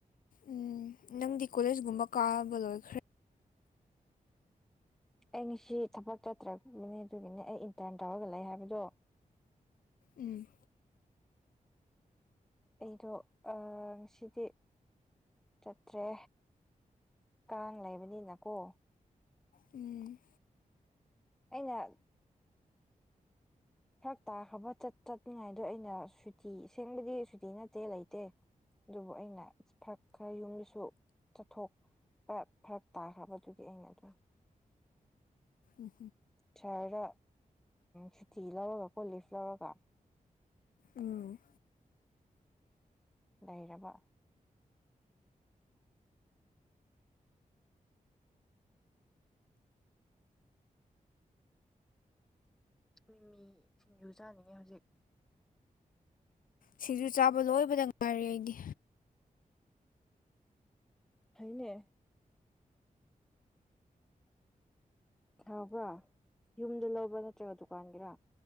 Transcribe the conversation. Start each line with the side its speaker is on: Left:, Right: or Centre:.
Left: ꯎꯝ ꯅꯪꯗꯤ ꯀꯣꯂꯦꯖꯀꯨꯝꯕ ꯀꯥꯕ ꯂꯣꯏꯈ꯭ꯔꯦ
Centre: ꯑꯩ ꯉꯁꯤ ꯊꯕꯛ ꯆꯠꯇ꯭ꯔꯛꯕꯅꯦ ꯑꯗꯨꯒꯤꯅꯦ ꯑꯩ ꯏꯟꯇꯔꯟ ꯇꯧꯔꯒ ꯂꯩ ꯍꯥꯏꯕꯗꯣ
Left: ꯎꯝ
Centre: ꯑꯩꯗꯣ ꯑꯥ ꯉꯁꯤꯗꯤ ꯆꯠꯇ꯭ꯔꯦ ꯀꯥꯡ ꯂꯩꯕꯅꯤꯅꯀꯣ
Left: ꯎꯝ
Centre: ꯑꯩꯅ ꯐꯔꯛ ꯇꯥꯈꯕ‌ ꯆꯠꯅꯤꯉꯥꯏꯗꯣ ꯑꯩꯅ ꯁꯨꯇꯤ ꯁꯦꯡꯕꯗꯤ ꯁꯨꯇꯤ ꯅꯠꯇꯦ ꯂꯩꯇꯦ ꯑꯗꯨꯕꯨ ꯑꯩꯅ ꯐꯔꯛ ꯈꯔ ꯌꯨꯝꯗꯁꯨ ꯆꯠꯊꯣꯛ ꯄꯥ ꯐꯔꯛ ꯇꯥꯈ꯭ꯔꯕꯗꯨꯒꯤ ꯑꯩꯅ ꯑꯗꯨꯝ
Left: ꯎꯝ
Centre: ꯁꯍꯔꯗ ꯁꯨꯇꯤ ꯂꯧꯔꯒ ꯀꯣ ꯂꯤꯐ ꯂꯧꯔꯒ
Left: ꯎꯝ
Centre: ꯂꯩꯔꯕ ꯃꯤꯃꯤ ꯁꯤꯡꯖꯨ ꯆꯥꯅꯤꯡꯉꯦ ꯍꯧꯖꯤꯛ
Left: ꯁꯤꯁꯨ ꯆꯥꯕ ꯂꯣꯏꯕꯗ ꯉꯥꯏꯔꯤ‌ ꯑꯩꯗꯤ
Centre: ꯍꯥꯏꯅꯦ ꯍꯕ꯭ꯔꯥ ꯌꯨꯝꯗ ꯂꯧꯕ꯭ꯔꯥ ꯅꯠꯇ꯭ꯔꯒ ꯗꯨꯀꯥꯟꯒꯤꯔ